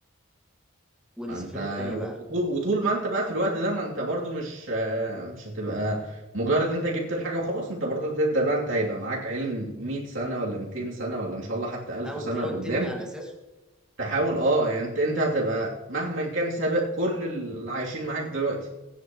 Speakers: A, in the centre; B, on the right (about 65°).
A: والسفريه
B: ما انت
A: التانيه بقى
B: وطول وطول ما انت بقى في الوقت ده ما انت برضو مش آه، مش هتبقى مجرد انت جبت الحاجة وخلاص انت برضو هتبدأ بقى انت هيبقى معاك علم 100 سنة ولا 200 سنة ولا ان شاء الله حتى 1000
A: او تحاول
B: سنة لقدام
A: تبني على اساسه
B: تحاول اه يعني انت انت هتبقى مهما كان سابق كل اللي عايشين معاك دلوقتي